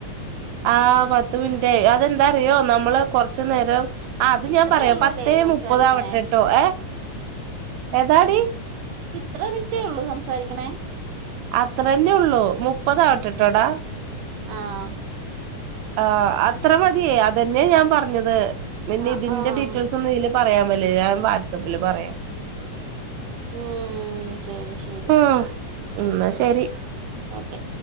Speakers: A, on the right; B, on the right.
A: ആഹ് പത്ത് മിനിറ്റ് ആയി അതെന്താ അറിയോ നമ്മള് കൊറച്ചു നേരം ആഹ് അത്
B: ഇത്രേ
A: ഞാൻ പറയാം
B: ഉള്ളൂ
A: പത്തേ
B: അല്ലേ സംസാരിക്കണേ
A: മുപ്പതാവട്ടെട്ടോ ഏഹ് ഏതാടി
B: ഇത്ര മിനിറ്റേ ഉള്ളൂ സംസാരിക്കണേ
A: അത്ര തന്നെ ഉള്ളൂ മുപ്പതാവട്ടെട്ടോടാ
B: ആഹ്
A: ആഹ് അത്ര മതി അത് തന്നെയാ ഞാൻ പറഞ്ഞത് പിന്നെ
B: ആഹ്
A: ഇതിന്റെ
B: ആഹ്
A: ഡീറ്റെയിൽസ് ക്കെന്നും ഇതില് പറയാൻ പറ്റില്ല ഞാൻ വാട്സആപ്പില് പറയാം
B: ഉം ശരി ശരി
A: ആഹ് ന്നാ ശരി
B: ഓക്കെ